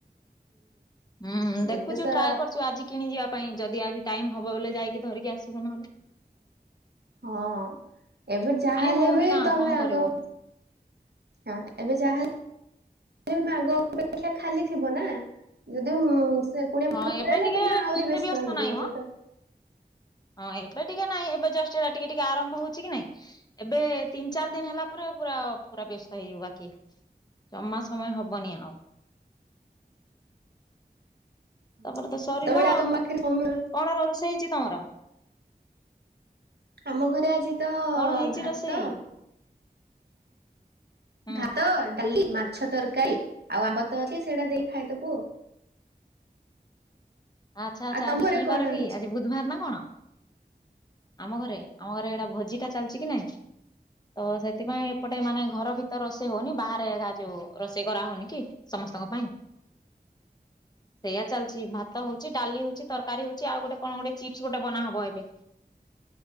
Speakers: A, on the left; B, on the right.
A: ହୁଁ
B: ଯେତେ
A: ଦେଖୁଛୁ
B: ସା
A: ଟ୍ରାଏ କରୁଛୁ ଆଜି କିଣି ଯିବା ପାଇଁ ଯଦି ଆଜି ଟାଇମ ହବ ବୋଇଲେ ଯାଇକି ଧରିକି ଆସିବୁ ନହେଲେ।
B: ହଁ ଏବେ ଯାହାହଲେ
A: ଟାଇମ ହଉନି
B: ବି
A: ନା
B: ତମେ
A: କଣ
B: ଆଗ
A: କରିବ
B: ହଁ ଏବେ ଯାହା ମାଗ ଅପେକ୍ଷା ଖାଲି ଥିବ ନା ଯଦି ସେୁଣି
A: ହଁ
B: ମଳଲେ
A: ଏବେ ଟିକେ
B: ତମେ
A: ଏତେ
B: ଆହୁରି ବ୍ୟସ୍ତ ହେଇଯିବ
A: ନାହିଁ ମ
B: ସେତ
A: ହଁ ଏବେ ଟିକେ ନାଇଁ ଏବେ ଜଷ୍ଟା ଟିକେ ଟିକେ ଆରମ୍ ହଉଛି କି ନାଇଁ ଏବେ ତିନି ଚାରି ଦିନ ହେଲା ପରେ ପୁରା ପୁରା ବ୍ୟସ୍ତ ହେଇଯିବ ବାକି। ଜମା ସମୟ ହବନି ଆଉ।
B: <unintelligible>
A: ତାପରେ ତ ସରିଲ
B: ସେତେବେଳେ
A: ଆଉ
B: ତମ ପାଖରେ ସମୟ
A: କଣ ରୋଷେଇ ହେଇଛି ତମର।
B: ଆମ ଘରେ ଆଜି ତ
A: କଣ ହେଇଛି
B: ଭାତ।
A: ରୋଷେଇ? ହୁଁ
B: ଭାତ ଡାଲି ମାଛ ତରକାରୀ ଆଉ ଆମ୍ବ ତ ଅଛି ସେଇଟା ଦେଇ ଖାଇଦେବୁ ଆଉ।
A: ଆଚ୍ଛା ଆଚ୍ଛା
B: ଆଉ ତମ
A: ଆଜି
B: ଘରେ
A: କିିବାର
B: କଣ
A: କି
B: ହେଇଛି?
A: ଆଜି ବୁଧବାର ନା କଣ। ଆମ ଘରେ ଆମ ଘରେ ଏଇଟା ଭୋଜି ଟା ଚାଲିଛି କି ନାଇଁ। ତ ସେଥିପାଇଁ ଏପଟେ ମାନେ ଘର ଭିତରେ ରୋଷେଇ ହଉନି ବାହାରୋ ଯୋଉ ରୋଷେଇ କରା ହଉନି କି ସମ ସମସ୍ତଙ୍କ ପାଇଁ।
B: <unintelligible>
A: ସେଇୟା ଚାଲିଛି ଭ ଭାତ ହଉଛି ଡାଲି ହଉଛି ତରକାରୀ ହଉଛି ଆଉ ଗୋଟେ କଣ ଗୋଟେ ଚିପ୍ସ ଗୋଟେ ବନାହବ ଏବେ।